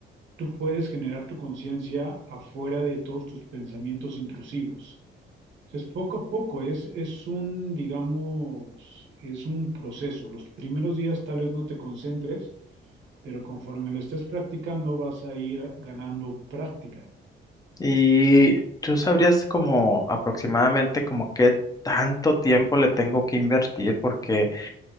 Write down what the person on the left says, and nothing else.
¿Y tú sabrías como aproximadamente como qué tanto tiempo le tengo que invertir? Porque,